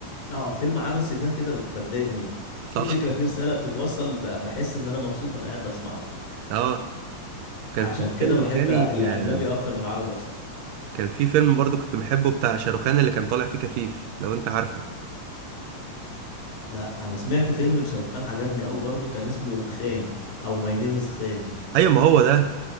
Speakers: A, on the left; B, on the right.
A: اه فيلم عبثي ده كده ب- بتضايق منه
B: صح
A: في فكره في رساله بتتوصل ب- بحس ان انا مبسوط وانا قاعد بسمعه
B: اه كان
A: عشان
B: في
A: كده
B: فيلم
A: بحب
B: تاني
A: الاجنبي
B: آه،
A: اكتر من العربي اصلا
B: كان في فيلم برضو كنت بحبه بتاع شاروخان اللي كان طالع فيه كفيف لو انت عارفه
A: لا انا سمعت فيلم لشاروخان عجبني قوي برضو كان اسمه خان او ماي نيم از خان
B: ايوه ما هو ده